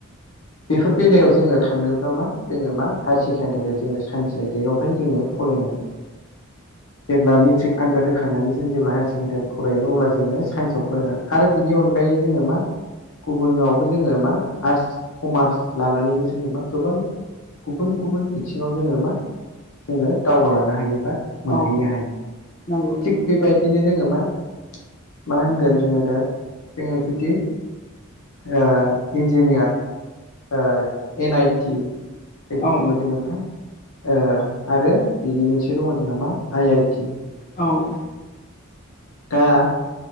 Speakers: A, on the left (about 75°); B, on the left (about 40°).
A: बेफोर बेलायाव जोङो थांनोब्ला मा जोङो मा हायार सेकेण्डारियाव जोङो साइन्स आयदायावहाय जोङो फरायनांगोन <inaudible> जेब्ला मेट्रिक आनजाद होखांनानै जों जेब्ला हायार सेकेण्डारि फरायो अब्ला जोङो साइन्सआव फरायनानै आरो बिनि अनगायै जोङो मा गुबुनावबो जोङो मा आस कमार्स लानानैबो जोङो मा गोबां गुबुन गुबुन बिथिङाव जोङो मा जोङो दावगालांनो हायो बा मोनहैनो
B: औ
A: हायो
B: नंगौ नंगौ
A: थिग बेबायदि बिदिनो जोङो मा मा होनगोन जोङो दा जोङो जुदि ओ इन्जिनियार ओ एन आइटि जायखौ
B: औ
A: बुङो जोङो मा ओ आरो बिनि मोनसे दङ जोंहा मा आइ आइटि
B: औ
A: दा